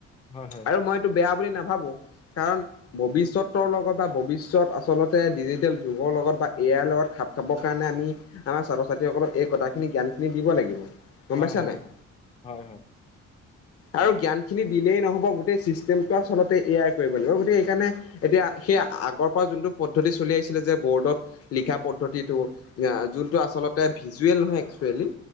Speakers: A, on the left; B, on the left.
A: হয়
B: আৰু মইটো বেয়া বুলি নাভাবোঁ কাৰণ ভৱিষ্যতৰ লগত বা ভৱিষ্যত আচলতে ডিজিটেল যুগৰ লগত বা এ আইৰ লগত খাপ খাবৰ কাৰণে আমি আমাৰ ছাত্ৰ ছাত্ৰীসকলক এই কথাখিনি জ্ঞান খিনি দিব লাগিব। গম
A: হয়
B: পাইছা
A: হয়
B: নাই।
A: হয় হয় হয়
B: আৰু জ্ঞানখিনি দিলেই নহ'ব গোটেই চিষ্টেমটো আচলতে এ আই লাগিব গতিকে সেইকাৰণে এতিয়া সেই আগৰ পৰা যোনটো পদ্ধতি চলি আহিছিলে যে বৰ্ডত লিখা পদ্ধতিটো যোনটো আচলতে ভিজুৱেল নহয় একচুৱেলি।